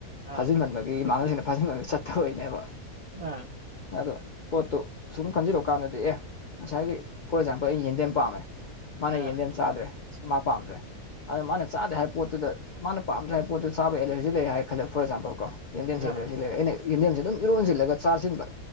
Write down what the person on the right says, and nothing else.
ꯑꯥ
ꯑ
ꯑꯥ
ꯑꯥ